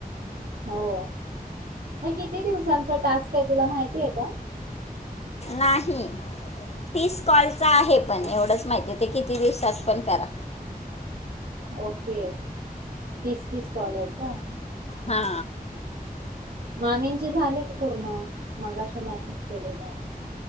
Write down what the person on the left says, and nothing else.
नाही तीस कॉल च आहे
पण, एवढंच माहिती ते किती दिवसात पण करा
हा.